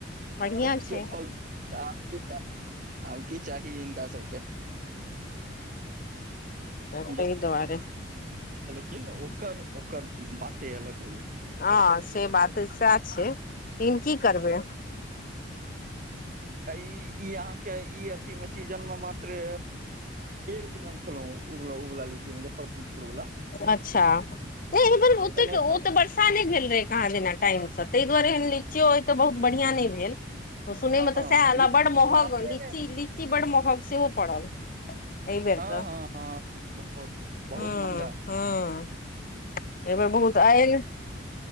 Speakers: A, on the left; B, on the right.
A: बढ़िया
B: मुफ्त
A: छै
B: के फल आब की आब की चाही हिनका सबके
A: हत
B: मुजफ्फरपुर
A: तै दआरे
B: लेकिन ओकर ओकर बाते अलग हो य
A: ह से बात सएह छै लेकिन की करबै
B: ई ई अहाँके ई अथी मे सीजन मे मात्र एक न खेलहुँ उबला उबला लिची छै मुजफ्फरपुर वला
A: अच्छा ओ
B: तऽ नहि
A: ओ
B: खा
A: ते वर्षा नहि भेल रहे कहाँ दिना <unintelligible> टाइमसँ ताहि दुआरे एहन लचियौ ओ तऽ बहुत बढ़िआं नहि भेल सुनैमे
B: हँ
A: तऽ सएहल
B: लीची
A: आ बड
B: साफे
A: महग लीची
B: नहि
A: लीची बड महग सेहो पड़ल अइबेर
B: हँ
A: तऽ
B: हँ बहुत बहुत
A: ह
B: महंगा
A: हँ एहि बेर बहुत आयल